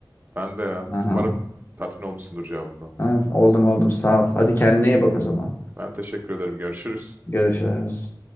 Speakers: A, on the right (about 25°); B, on the left (about 30°).
A: Ben de ya.
B: Aha.
A: Umarım tatmin olmuşsundur cevabımdan.
B: Evet, oldum oldum sağ ol. Hadi kendine iyi bak o zaman.
A: Ben teşekkür ederim. Görüşürüz.
B: Görüşürüz.